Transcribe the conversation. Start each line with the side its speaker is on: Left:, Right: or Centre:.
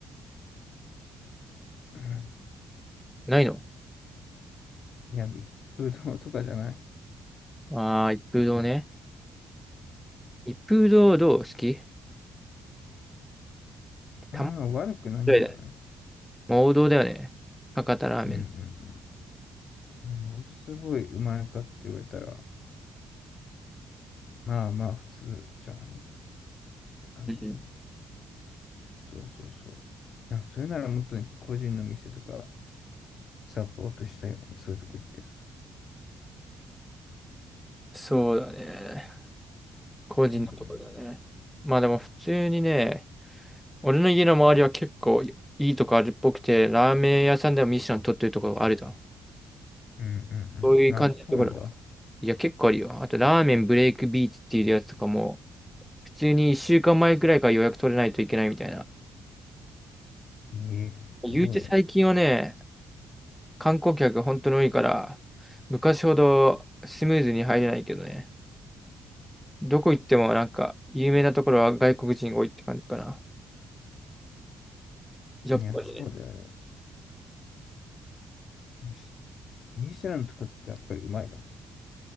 Left: うん
Centre: ないの
Left: いや、一風堂とかじゃない
Centre: ああー、一風堂ね。一風堂どう好きたま
Left: ああー悪くないんじゃない
Centre: らないだね。王道だよね。博多ラーメン。
Left: うんうんうん。ものすごいうまいかって言われたら、まあまあ、普通じゃないって感じだよね。
Centre: うん
Left: そうそうそう。いや、それならもっとね、個人の店とかサポートしたいよね。そういうとこ行って。
Centre: そうだね。個人のところだね。
Left: うんうん。
Centre: まあでも普通にね、俺の家の周りは結構いいとこあるっぽくて、ラーメン屋さんでもミッシュラン取ってるところがあるだ
Left: うんうんうん。
Centre: そういう感じのところ。
Left: あ、そうなんだ。
Centre: いや、結構あるよ。あと、ラーメンブレイクビーチっていうやつとかも、普通に1週間前くらいから予約取れないといけないみたいな。
Left: ええ、
Centre: 言うて最近はね、
Left: すごいな。
Centre: 観光客が本当に多いから、昔ほどスムーズに入れないけどね。どこ行ってもなんか、有名なところは外国人が多いって感じかな。やっぱりね。
Left: いや、そうだよね。しミシュランとかってやっぱりうまいの